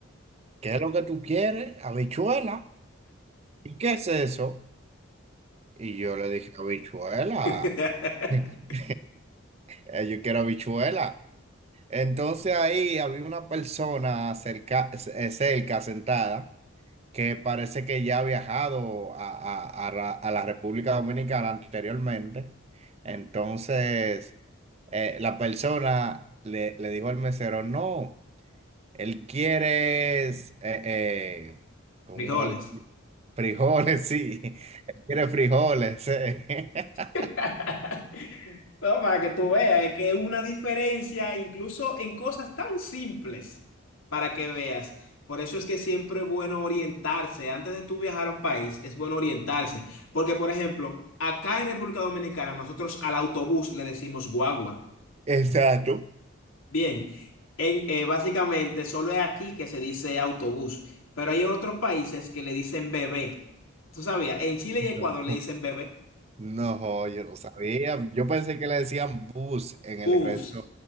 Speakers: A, on the right; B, on the left.
A: ¿qué es lo que tú quieres? ¿Habichuela? ¿Y qué es eso? Y yo le dije, habichuela.
B: <laughs>
A: <laughs> Eh, Yo quiero habichuela. Entonces ahí había una persona cerca, eh, cerca, sentada, que parece que ya ha viajado a, a- a ra- a la República Dominicana anteriormente. Entonces, eh, la persona le, le dijo al mesero, no, él quiere, es, eh, eh, ¿cómo
B: Frijoles.
A: le- Frijoles, sí, <laughs> él quiere frijoles. eh". <laughs>
B: <laughs> No, para que tú veas, es que es una diferencia incluso en cosas tan simples, para que veas. Por eso es que siempre es bueno orientarse. Antes de tú viajar a un país, es bueno orientarse. Porque, por ejemplo, acá en República Dominicana, nosotros al autobús le decimos guagua.
A: Exacto.
B: Bien, en, eh, básicamente solo es aquí que se dice autobús, pero hay otros países que le dicen bebé. ¿Tú sabías? En Chile y Ecuador
A: No,
B: le dicen bebé.
A: no, yo no sabía. Yo pensé que le decían bus en
B: Bus.
A: el resto